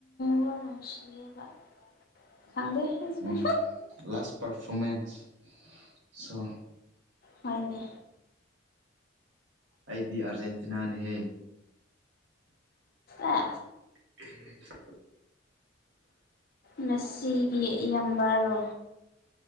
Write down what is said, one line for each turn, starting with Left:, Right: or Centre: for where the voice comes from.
Left: ꯂꯣ ꯅꯨꯡꯁꯤꯌꯦꯕ ꯈꯪꯗꯦ ꯑꯩꯁꯨ
Right: ꯎꯝ ꯂꯥꯁ ꯄꯔꯐꯣꯔꯃꯦꯟꯁ ꯁꯣ
Left: ꯍꯣꯏꯅꯦ
Right: ꯑꯩꯗꯤ ꯑꯥꯔꯖꯦꯟꯇꯤꯅꯥꯅꯤꯍꯦ꯫
Left: ꯑꯥ
Right: <inaudible>
Left: ꯉꯁꯤꯒꯤ ꯏꯌꯝꯕꯥꯔꯣ